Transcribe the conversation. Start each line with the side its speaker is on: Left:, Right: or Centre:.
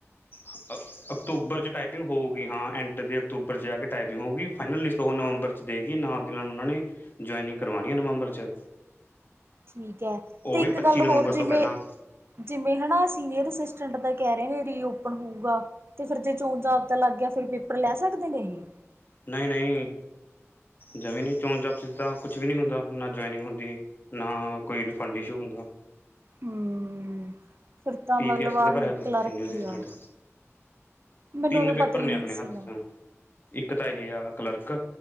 Left: <inaudible> ਅਕਤੂਬਰ 'ਚ ਟਾਈਪਿੰਗ ਹੋਊਗੀ ਹਾਂ, ਐਂਡ ਦੇ ਅਕਤੂਬਰ 'ਚ ਜਾ ਕੇ ਟਾਈਪਿੰਗ ਹੋਊਗੀ ਫਾਈਨਲ ਲਿਸਟ ਓ ਨਵੰਬਰ ਚ ਦੇਗੀ ਨਾਲ ਦੀ ਨਾਲ ਓਨਾਂ ਨੇ, ਜੁਆਇਨਿੰਗ ਕਰਵਾਨੀ ਆ ਨਵੰਬਰ ਚ।
Right: ਠੀਕ ਐ,
Left: ਉਹ
Right: ਤੇ
Left: ਵੀ
Right: ਇੱਕ
Left: ਪੱਚੀ
Right: ਗੱਲ
Left: ਨਵੰਬਰ
Right: ਹੋਰ
Left: ਤੋਂ
Right: ਜਿਮੇਂ
Left: ਪਹਿਲਾਂ
Right: ਜਿਮੇਂ ਹਣਾ, ਸੀਨੀਅਰ ਅਸਿਸਟੈਂਟ ਦਾ ਕੈ ਰੇ ਨੇ ਰੀਓਪਨ ਹੂਗਾ। ਤੇ ਫੇਰ ਜੇ ਚੋਨ ਜਾ ਪਤਾ ਲਾੱਗ ਗੇਆ ਫੇਰ ਪੇਪਰ ਲੈ ਸਕਦੇ ਨੇ ਏਹੇ
Left: ਨਈ-ਨਈ, ਜਵੇਂ ਨੀ ਚੋਨ ਜਾਪ ਕੀਤਾ ਕੁਛ ਵੀ ਨੀ ਹੁੰਦਾ ਨਾ ਜੁਆਇਨਿੰਗ ਹੁੰਦੀ। ਨਾ, ਕੋਈ ਰਿਫੰਡ ਇਸ਼ੂ ਹੁੰਦਾ।
Right: ਹੂੰ, ਫਿਰ ਤਾਂ
Left: ਪੀ
Right: ਮੱਲਬ
Left: ਪੀ ਐੱਸ ਸੀ
Right: ਆਹੀ
Left: ਦਾ ਭਰਿਆ ਤੁਸੀਂ
Right: ਕਲਰਕ
Left: ਸੀਨੀਅਰ ਅਸਿਸਟੈਂਟ
Right: ਈ ਆ। ਮੈਨੂੰ
Left: ਤਿੰਨ
Right: ਓਦੋਂ
Left: ਪੇਪਰ
Right: ਪਤਾ ਈ
Left: ਨੇ
Right: ਨੀ
Left: ਆਪਣੇ ਹੱਥ
Right: ਸੀਗਾ।
Left: 'ਚ ਇੱਕ ਤਾਂ ਏਹ ਆ ਕੱਲਰਕ,